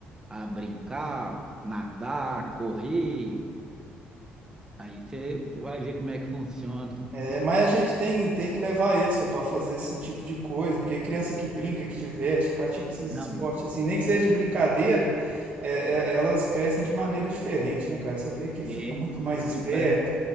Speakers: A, on the right; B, on the right.
A: a brincar, nadar, correr, aí você você vai ver como é que funciona.
B: É, mas a gente tem, tem que levar isso para fazer esse tipo de coisa, porque criança que brinca, que diverte, pratica esses
A: Não,
B: esportes,
A: mas
B: assim, nem que seja de brincadeira, é, é, elas crescem de maneira diferente, né, cara? Você vê que fica
A: é,
B: muito
A: tipo
B: mais
A: assim,
B: esperto
A: parece